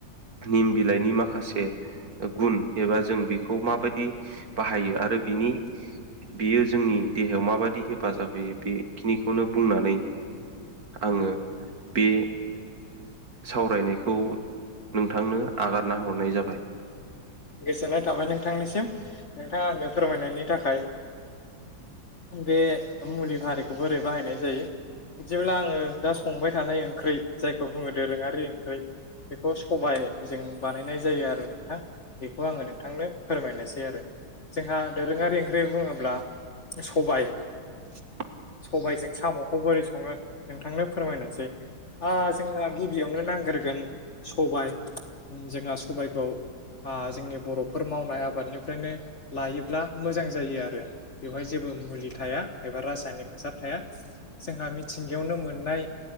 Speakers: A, on the right (about 50°); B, on the left (about 40°).
A: निम बिलाइनि माखासे गुन एबा जों बेखौ मा बे बदि बाहायो आरो बिनि बियो जोंनि देहायाव माबाददि हेफाजाब होयो बेखिनिखौनो बुंनानै आङो बे सावरायनायखौ नोंथांनो आगारना हरनाय जाबाय।
B: गोजोननाय थाबाय नोंथांनिसिम नोंथाङा आंनो फोरमायनायनि थाखाय। आं बे मुलि हारिखौ बोरै बाहायनाय जायो बिदिब्ला आङो दा संबाय थानाय ओंख्रि जायखौ बुङो दोरोङारि ओंख्रि बेखौ सबायजों बानायनाय जायो आरो नोंथां। बेखौ आङो नोंथांनो फोरमायनोसै आरो। जोंहा दोरोङारि ओंख्रि बुङोब्ला सबाय
A: <inaudible>
B: सबायाइजों साम'खौ बोरै सङो नोंथांनो फोरमायनोसै ओ जोंना गिबियावनो नांग्रोगोन सबाय जोंहा सबायाइखौ ओ जोंनि बर'फोर मावनाय आबादनिफ्रायनो लायोब्ला मोजां जायो आरो बेवहाय जेबो मुलि थाया एबा रासायनिक हासार थाया। जोंहा मिथिंगायावनो मोननाय